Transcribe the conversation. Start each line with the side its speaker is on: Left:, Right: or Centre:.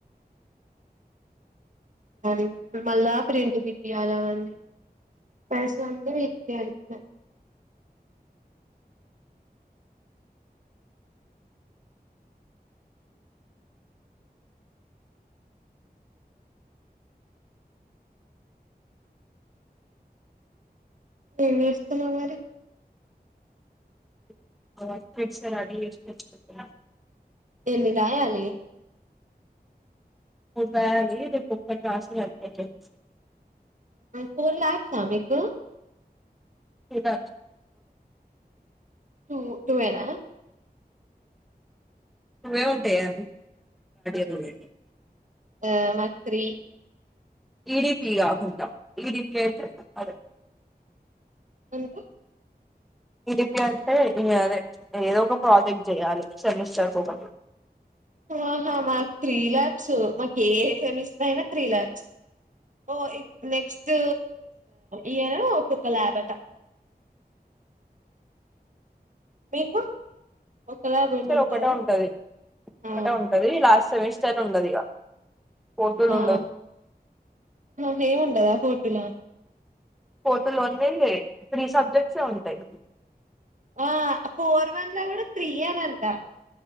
Right: మరి ఇప్పుడు మళ్ళా ప్రెంట్ తీపియాలి అవన్నీ <unintelligible> ఎం చేస్తున్నావ్ మరి
Centre: <unintelligible>
Right: ఎన్ని రాయాలి
Centre: <unintelligible>
Right: ఫోర్ ల్యాక్స్ ఆ మీకు
Centre: ఏట
Right: టూ టూయేన
Centre: వే ఉంటాయా <unintelligible>
Right: ఆ మకీ త్రి
Centre: ఇడిపి ఆగుంటా ఇడిపి అతే అద
Right: ఇకా
Centre: ఇక అంటే అదే ఏదో ఒక ప్రాజెక్ట్ చెయాలి సెమిస్టర్ ఒకటి
Right: ఆహా మాకు త్రీ ల్యాబ్స్ మాకు ఏ ఏ సమిస్తు అయినా త్రీ ల్యాబ్స్ ఓ నెక్స్ట్ ఇయర్ ఒక్కొక్క ల్యాబ్ అంట మీకు ఒక ల్యాబ్ ఏమి ఉంటదా
Centre: ఒకటే ఉంటది
Right: ఆ
Centre: ఒకటే ఉంటది లాస్ట్ సెమిస్టర్ ఉండది ఇక ఫోర్తులు
Right: ఆ
Centre: ఉండదు
Right: హేముండదా బోర్డు ల
Centre: ఫోటులోనే త్రీ సబ్జెక్ట్సే ఉంటాయి
Right: ఆ ఫోర్ వన్ లో కూడ త్రీ అన అంత